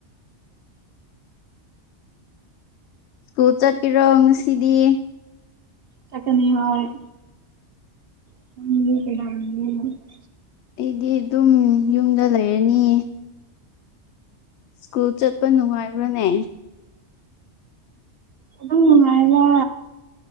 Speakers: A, on the left; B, on the right.
A: ꯁ꯭ꯀꯨꯜ ꯆꯠꯀꯦꯔꯣ ꯉꯁꯤꯗꯤ
B: ꯆꯠꯀꯅꯤ ꯍꯣꯏ <unintelligible>
A: ꯑꯩꯗꯤ ꯑꯗꯨꯝ ꯌꯨꯝꯗ ꯂꯩꯔꯅꯤ ꯁ꯭ꯀꯨꯜ ꯆꯠꯄ ꯅꯨꯡꯉꯥꯏꯕ꯭ꯔꯥꯅꯦ
B: ꯑꯗꯨꯝ ꯅꯨꯡꯉꯥꯏꯗ